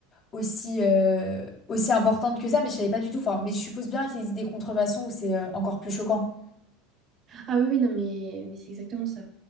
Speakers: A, on the left; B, on the right.
A: aussi, euh, aussi importante que ça, mais je savais pas du tout. Enfin, mais je suppose bien qu'il existe des contrefaçons où c'est euh, encore plus choquant.
B: Ah oui, oui, non, mais, mais c'est exactement ça.